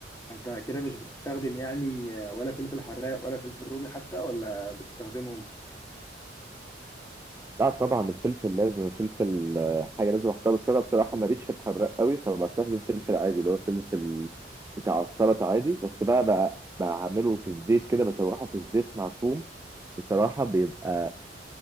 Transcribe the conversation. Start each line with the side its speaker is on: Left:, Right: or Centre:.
Left: انت كده مش بتستخدم يعني ولا فلفل حراق ولا فلفل رومي حتى ولا بتستخدمهم؟
Right: لا طبعا الفلفل لازم الفلفل آه، حاجه لازم احطها بس انا بصراحه ماليش في الحراق قوي فبستخدم فلفل عادي اللي هو فلفل بتاع السلطه عادي بس بقى بقى بعمله في الزيت كده بشوحه في الزيت مع توم بصراحه بيبقى